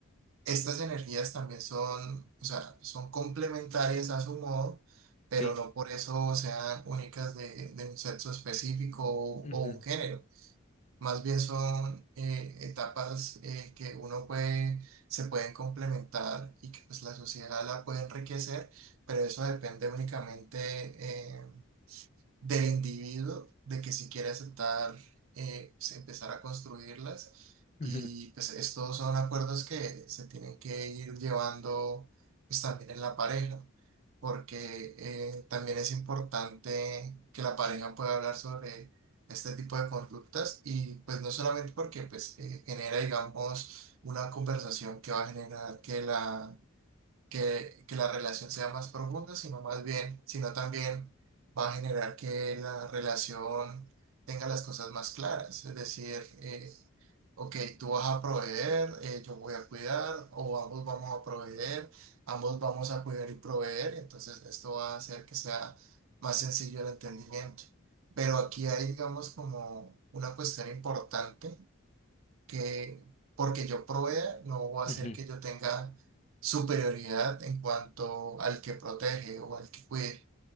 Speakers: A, on the right; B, on the left.
A: estas energías también son, o sea, son complementarias a su modo, pero
B: Sí.
A: no por eso sean únicas de, de un sexo específico o,
B: Ujú,
A: o un género. Más bien son eh, etapas eh, que uno puede, se pueden complementar y que pues, la sociedad la puede enriquecer, pero eso depende únicamente eh, del individuo, de que si quiere aceptar, eh, pues, empezar a construirlas.
B: ujú,
A: Y pues estos son acuerdos que se tienen que ir llevando pues también en la pareja, porque eh, también es importante que la pareja pueda hablar sobre este tipo de conductas y pues no solamente porque pues eh, genera, digamos, una conversación que va a generar que la que, que la relación sea más profunda, sino más bien, sino también va a generar que la relación tenga las cosas más claras, es decir, eh, ok, tú vas a proveer, eh, yo voy a cuidar, o ambos vamos a proveer, ambos vamos a cuidar y proveer, entonces esto va a hacer que sea más sencillo el entendimiento. Pero aquí hay, digamos, como una cuestión importante que porque yo provea no va a
B: ujú.
A: hacer que yo tenga superioridad en cuanto al que protege o al que cuide.